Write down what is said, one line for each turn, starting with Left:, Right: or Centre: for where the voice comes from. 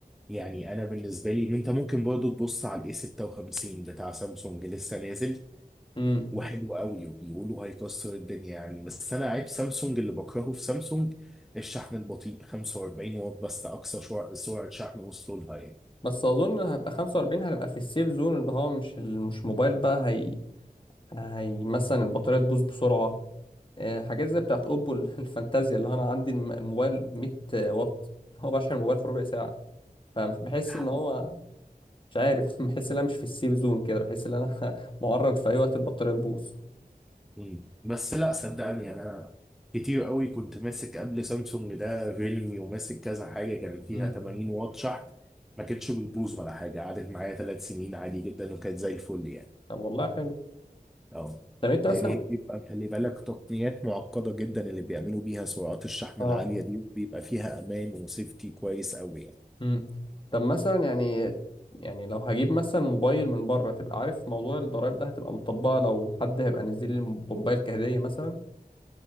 Centre: يعني انا بالنسبة لي انت ممكن برضو تبص على الاي 56 بتاع سامسونج لسه نازل
Left: امم
Centre: وحلو قوي وبيقولوا هيكسر الدنيا يعني بس انا عيب سامسونج اللي بكرهه في سامسونج الشحن البطيء 45 واط بس اقصى شع- سرعه شحن وصلوا لها يعني
Left: بس اظن هبقى 45 هنبقى في السيف زون اللي هو مش ال- مش موبايل بقى هي هي مثلا البطاريه تبوظ بسرعه آه، حاجات زي بتاعت اوبو <laughs> الفانتازيا اللي هو انا عندي الم- الموبايل 100 واط هو بشحن الموبايل في ربع ساعه فمش بحس
Centre: الحق.
Left: ان هو مش عارف <laughs> بحس ان انا مش في السيف زون كده بحس ان انا <laughs> معرض في اي وقت البطاريه تبوظ
Centre: مم. بس لا صدقني يعني انا كتير قوي كنت ماسك قبل سامسونج ده ريلمي وماسك كذا حاجه كان فيها
Left: امم
Centre: 80 واط شحن ما كانتش بيبوظ ولا حاجه قعدت معايا ثلاث سنين عادي جدا وكانت زي الفل يعني
Left: طب والله حلو
Centre: اه
Left: طب انت
Centre: لان
Left: مثلا
Centre: هي بيبقى خلي بالك تقنيات معقده جدا اللي بيعملوا بيها سرعات الشحن
Left: اه
Centre: العاليه دي بيبقى فيها امان وسيفتي كويس قوي يعني
Left: امم طب مثلا يعني يعني لو هجيب مثلا موبايل من بره تبقى عارف موضوع الضرايب ده هتبقى مطبقه لو حد هيبقى نزل لي موبايل كهديه مثلا